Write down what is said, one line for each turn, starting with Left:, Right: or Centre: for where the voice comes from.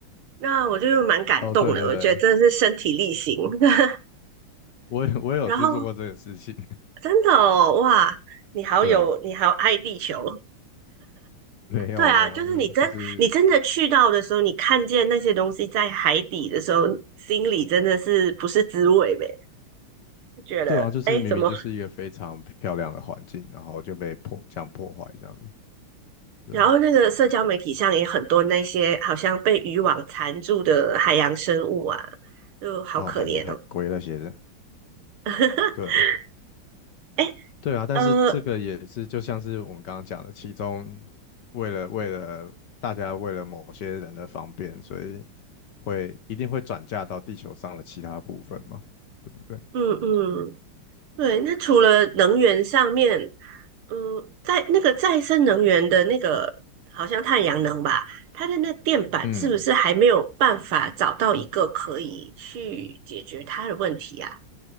Right: 那我就蛮感动的，
Left: 哦，对对对，
Right: 我觉得真的是身体力行。<laughs>
Left: 我也我也有去做过这个事情。
Right: 然后真的哦，哇，你好有，
Left: <laughs> 对啊。
Right: 你好爱地球。
Left: 没有没有没有，
Right: 对啊，就是你真你真的去到的时候，
Left: 就是
Right: 你看见那些东西在海底的时候，心里真的是不是滋味呗？就觉得哎，
Left: 对啊，就是明明就是一个非常漂亮的环境，
Right: 诶怎么？
Left: 然后就被破这样破坏这样，对，
Right: 然后那个社交媒体上也很多那些好像被渔网缠住的海洋生物啊，就好可怜哦。
Left: 然后还什么海龟那些的，
Right: <laughs>
Left: 对
Right: 哎，
Left: 对啊，但是这个也是就像是我们刚刚讲的，
Right: 呃，
Left: 其中为了为了大家为了某些人的方便，所以会一定会转嫁到地球上的其他部分嘛，对不对？
Right: 嗯嗯，对。那除了能源上面，嗯，在那个再生能源的那个，好像太阳能吧，它的那电板是不是还没有办法找到一个可以去解决它的问题啊？
Left: 嗯，